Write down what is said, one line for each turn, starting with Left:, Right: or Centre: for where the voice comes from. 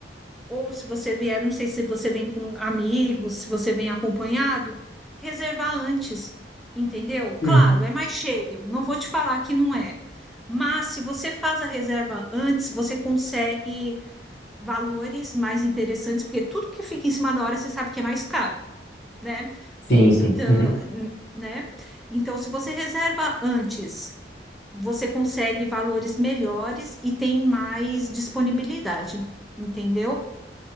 Centre: ou se você vier, não sei se você vem com amigos, se você vem acompanhado, reservar antes, entendeu? Claro,
Left: Uhum.
Centre: é mais cheio, não vou te falar que não é. Mas se você faz a reserva antes, você consegue valores mais interessantes, porque tudo que fica em cima da hora, você sabe que é mais caro, né?
Left: Sim, sim.
Centre: Então,
Left: Uhum.
Centre: n- né? Então, se você reserva antes, você consegue valores melhores e tem mais disponibilidade, entendeu?